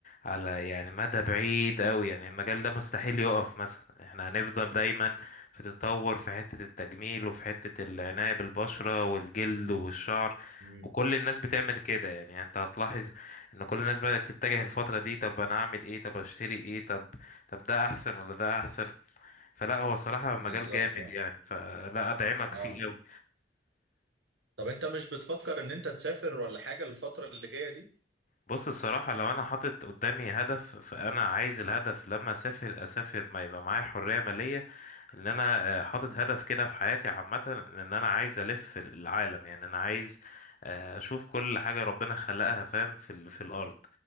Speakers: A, on the left (about 40°); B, on the right (about 75°).
A: على يعني مدى بعيد قوي يعني المجال ده مستحيل يقف مثلا احنا هنفضل دايما في تطور في حتة التجميل وفي حتة العناية بالبشرة والجلد والشعر
B: مم،
A: وكل الناس بتعمل كده يعني انت هتلاحظ ان كل الناس بدأت تتجه الفترة دي طب انا اعمل ايه طب اشتري ايه طب طب ده احسن ولا ده احسن فلا هو صراحة
B: بالظبط
A: مجال جامد
B: اه
A: يعني فلا ادعمك
B: اه
A: فيه قوي
B: طب انت مش بتفكر ان انت تسافر ولا حاجه الفتره اللي جايه دي
A: بص الصراحة لو أنا حاطط قدامي هدف فأنا عايز الهدف لما أسافر أسافر ما يبقى معايا حرية مالية إن أنا آه، حاطط
B: مم،
A: هدف كده في حياتي عامة إن أنا عايز ألف العالم يعني أنا عايز آه، أشوف كل حاجة ربنا خلقها فاهم في ال- في الأرض